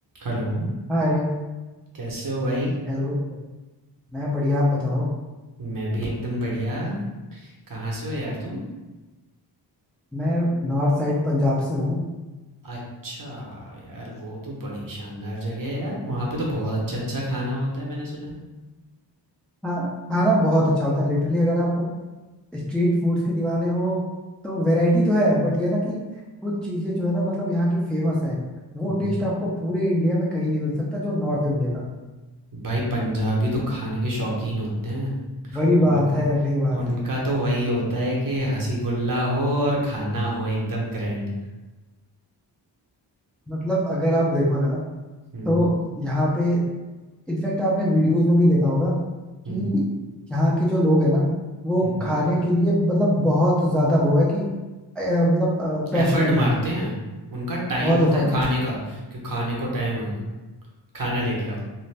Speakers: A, on the right; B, in the centre.
A: हेलो
B: हाय
A: कैसे हो भाई
B: Hello मैं बढ़िया आप बताओ
A: मैं भी एकदम बढ़िया कहाँ से हो यार तुम
B: मैं नॉर्थ साइड पंजाब से हूँ
A: अच्छा यार वो तो बड़ी शानदार जगह है यार वहाँ पे तो बहुत अच्छा अच्छा खाना होता है मैंने सुना है
B: हाँ खाना बहुत अच्छा होता है लिटरली अगर आप स्ट्रीट फूड्स के दीवाने हो तो वैरायटी तो है बट ये ना कि कुछ चीज़ें जो है ना मतलब यहाँ की फेमस है वो
A: हम्म
B: टेस्ट आपको पूरे इंडिया में कहीं नहीं मिल सकता जो नॉर्थ में मिलेगा
A: भाई पंजाबी तो खाने के शौकीन होते हैं
B: वही
A: उन
B: बात है वही बात
A: उनका
B: है
A: तो वही होता है कि हंसी गुल्ला हो और खाना हो एकदम ग्रैंड
B: मतलब अगर आप देखो ना
A: हम्म
B: तो यहाँ पे इनफैक्ट आपने वीडियोस में भी देखा होगा
A: हम्म
B: कि यहाँ के जो लोग हैं ना वो
A: हम्म
B: खाने के लिए मतलब बहुत ज्यादा वो है कि अ, मतलब पैशनेट
A: एफर्ट मारते
B: है
A: हैं उनका टाइम
B: बहुत
A: होता
B: एफर्ट
A: है
B: में
A: खाने का कि खाने को टाइम होगा खाना लेके आओ